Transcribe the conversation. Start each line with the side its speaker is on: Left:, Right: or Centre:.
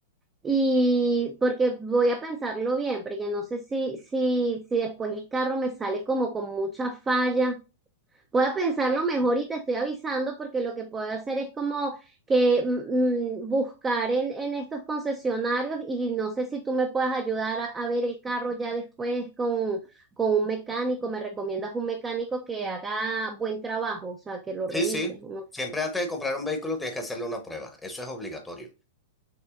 Right: y porque voy a pensarlo bien, porque no sé si, si, si después el carro me sale como con mucha falla. Voy a pensarlo mejor y te estoy avisando porque lo que puedo hacer es como que mm, mm, buscar en, en estos concesionarios y no sé si tú me puedes ayudar a, a ver el carro ya después con, con un mecánico. ¿Me recomiendas un mecánico que haga buen trabajo? O sea, que lo revise.
Centre: Sí, sí.
Right: ¿no?
Centre: Siempre antes de comprar un vehículo tienes que hacerle una prueba. Eso es obligatorio.